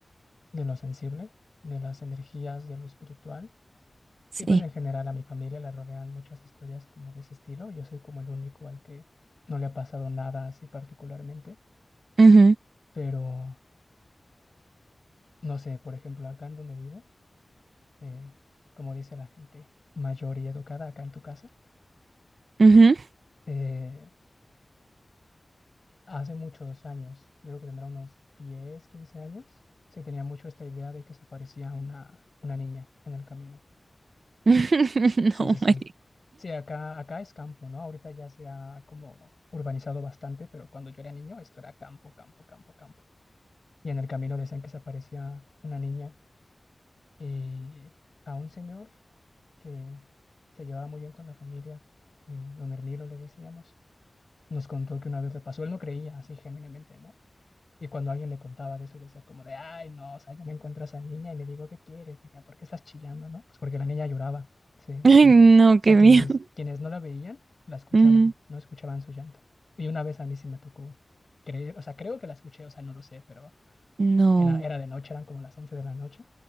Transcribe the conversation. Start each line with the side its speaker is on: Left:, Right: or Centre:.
Left: de lo sensible, de las energías, de lo espiritual.
Right: sí.
Left: Y pues en general a mi familia la rodean muchas historias como de ese estilo. Yo soy como el único al que no le ha pasado nada así particularmente,
Right: Ujú,
Left: pero no sé, por ejemplo, acá en donde vivo, eh, como dice la gente mayor y educada acá en tu casa,
Right: ujú.
Left: eh, hace muchos años, yo creo que tendrá unos 10 15 años, se tenía mucho esta idea de que se aparecía una, una niña en el camino.
Right: <laughs>
Left: Sí,
Right: No,
Left: sí, sí.
Right: Mari.
Left: Sí, acá, acá es campo, ¿no? Ahorita ya se ha como urbanizado bastante, pero cuando yo era niño esto era campo, campo, campo, campo. Y en el camino decían que se aparecía una niña y a un señor que se llevaba muy bien con la familia, eh, don Hermilo le decíamos, nos contó que una vez le pasó, él no creía así genuinamente, ¿no? Y cuando alguien le contaba de eso, decía como de, ay, no, o sea, yo me encuentro a esa niña y le digo, ¿qué quieres, niña? ¿Por qué estás chillando, no? Pues porque la niña lloraba, sí,
Right: Ay, no,
Left: o
Right: qué
Left: sea, quienes,
Right: miedo.
Left: quienes no la veían, la escuchaban,
Right: Mm,
Left: no escuchaban su llanto. Y una vez a mí sí me tocó creer, o sea, creo que la escuché, o sea, no lo sé, pero
Right: no,
Left: era, era de noche, eran como las 11 de la noche.